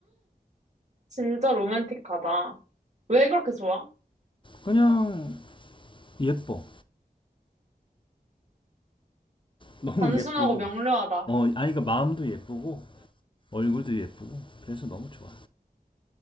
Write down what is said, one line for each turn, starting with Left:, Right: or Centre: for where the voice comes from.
Right: 진짜 로맨틱하다. 왜 그렇게 좋아?
Left: 그냥 예뻐. 너무
Right: 단순하고
Left: 예쁘고
Right: 명료하다.
Left: 어 아이가 마음도 예쁘고 얼굴도 예쁘고 그래서 너무 좋아.